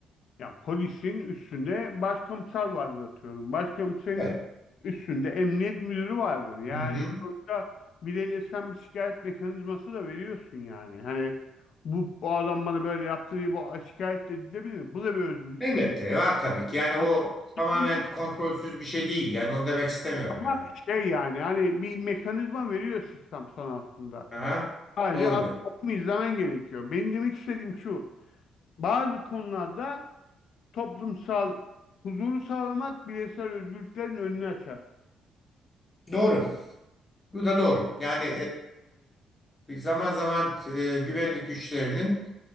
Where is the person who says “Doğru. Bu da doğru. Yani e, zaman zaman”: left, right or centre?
Left